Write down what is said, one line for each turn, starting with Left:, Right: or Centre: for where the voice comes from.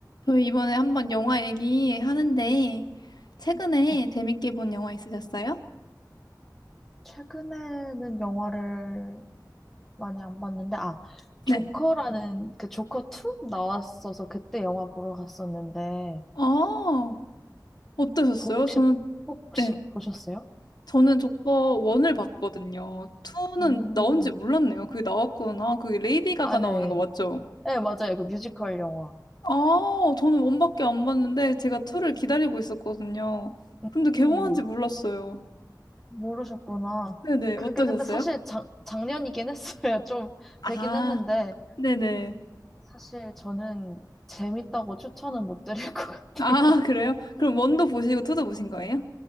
Left: 저희 이번에 한번 영화 얘기하는데, 최근에
Centre: 네.
Left: 재밌게 본 영화 있으셨어요?
Centre: 최근에는 영화를 많이 안 봤는데, 아,
Left: 네.
Centre: 조커라는 그 조커 2 나왔어서 그때 영화 보러 갔었는데,
Left: 아, 어떠셨어요?
Centre: 보- 혹시,
Left: 저는,
Centre: 혹시
Left: 네.
Centre: 보셨어요?
Left: 저는 조커 1을 봤거든요. 2는
Centre: 음,
Left: 나온지 몰랐네요. 그게 나왔구나. 그게 레이디 가가
Centre: 아, 네.
Left: 나오는 거 맞죠?
Centre: 네, 맞아요. 그 뮤지컬 영화.
Left: 아, 저는 1밖에 안 봤는데, 제가 2를 기다리고 있었거든요. 근데
Centre: 음,
Left: 개봉한지 몰랐어요.
Centre: 모르셨구나.
Left: 네네,
Centre: 그게
Left: 어떠셨어요?
Centre: 근데 사실 작, 작년이긴 했어요. <laughs> 좀
Left: 아,
Centre: 되긴 했는데,
Left: 네네.
Centre: 사실 저는 재밌다고 추천은 못 드릴 것 같아요.
Left: 아, 그래요? 그럼 1도 보시고 2도 보신 거예요?